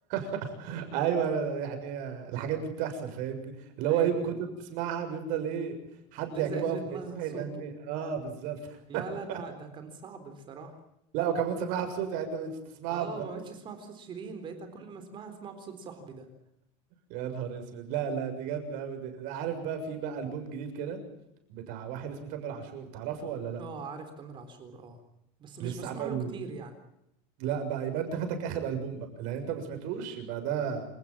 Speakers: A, on the right; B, on the right.
A: <laughs> ايوه أنا يعني الحاجات دي بتحصل فاهمني اللي
B: أيوه
A: هو ايه من كتر ما بتسمعها بيفضل ايه حد
B: لزقت
A: يعجبه
B: في
A: قوي
B: دماغك
A: فيغني
B: صوته
A: اه بالظبط <laughs>
B: لا لا ده ده كان صعب بصراحة
A: لا وكمان سامعها بصوت يعني انت مش تسمعها
B: اه ما بقتش اسمعها بصوت شيرين بقيت كل ما اسمعها اسمعها بصوت صاحبي ده
A: يا نهار اسود لا لا دي جامده قوي دي أنا عارف بقى في بقى البوم جديد كده بتاع واحد اسمه تامر عاشور تعرفه ولا لا
B: اه عارف تامر عاشور اه بس مش
A: لسه
B: بسمع
A: عامل
B: له كتير يعني
A: لا بقى يبقى انت فاتك اخر البوم بقى لان انت ما
B: امم
A: سمعتوش يبقى ده